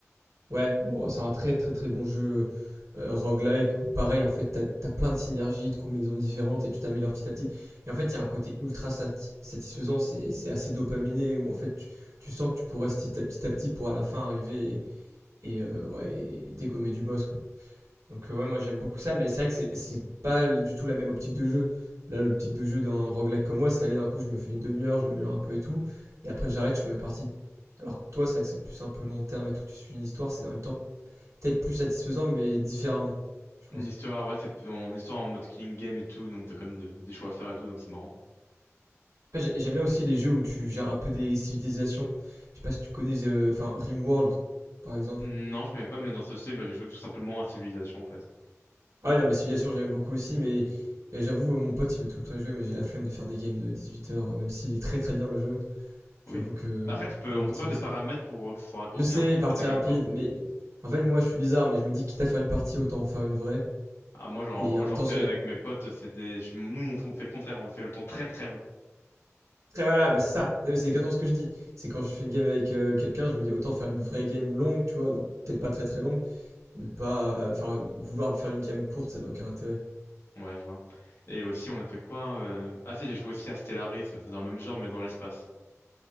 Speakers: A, on the right; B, on the left.
A: Ouais, bon, c'est un très très très bon jeu euh, euh, roguelike où pareil, en fait, t'as, t'as plein de synergies, de combinaisons différentes et tu t'améliores petit à petit. Et en fait, il y a un côté ultra sati- satisfaisant, c'est, c'est assez dopaminé où en fait, tu, tu sens que tu progresses petit à petit à petit pour à la fin arriver et, euh, ouais, et dégommer du boss, quoi. Donc, euh, ouais, moi j'aime beaucoup ça, mais c'est vrai que c'est c'est pas du tout la même optique de jeu. Là, l'optique de jeu d'un roguelike comme moi, c'est aller d'un coup, je me fais une demi-heure, je m'améliore un peu et tout, et après j'arrête, je fais ma partie. Alors que toi, c'est vrai que c'est plus un peu long terme et tout, tu suis une histoire, c'est en même temps peut-être plus satisfaisant, mais différemment, je
B: Une
A: pense.
B: histoire, ouais, c'est plutôt une histoire en mode killing game et tout, donc t'as quand même de- des choix à faire et tout, donc c'est marrant.
A: Après, j'ai- j'aime bien aussi les jeux où tu gères un peu des civilisations. Je sais pas si tu connais, euh, enfin, RimWorld, par exemple.
B: Non, je connais pas, mais dans ce style, bah, j'ai joué tout simplement à Civilization, en fait.
A: Ah ouais, non, mais Civilization, j'aime beaucoup aussi, mais euh, j'avoue, euh, mon pote, il veut tout le temps y jouer, mais j'ai la flemme de faire des games de 18 heures, même s'il est très très bien le jeu. J'avoue
B: Oui.
A: que
B: Bah, Après, tu peux,
A: ma motivation.
B: on peut faire des paramètres pour euh, que ce soit raccourci,
A: Je sais,
B: hein, tu peux
A: partie
B: faire des
A: rapide,
B: games courtes.
A: mais en fait, moi, je suis bizarre, mais je me dis, quitte à faire une partie, autant en faire une vraie.
B: Ah, moi, genre,
A: Et
B: quand
A: en même
B: j'en
A: temps,
B: fais
A: j'ai
B: avec
A: la.
B: mes potes, c'est des... je- Nous, on fait, on fait le contraire, on fait le temps très très long.
A: Très voilà, bah, c'est ça, c'est c'est exactement ce que je dis. C'est quand je fais une game avec euh, quelqu'un, je me dis, autant faire une vraie game longue, tu vois, donc peut-être pas très très longue, mais pas. euh, Enfin, vouloir faire une game courte, ça n'a aucun intérêt.
B: Ouais, je vois. Et aussi, on a fait quoi? euh, Ah si, j'ai joué aussi à Stellaris, c'est dans le même genre, mais dans l'espace.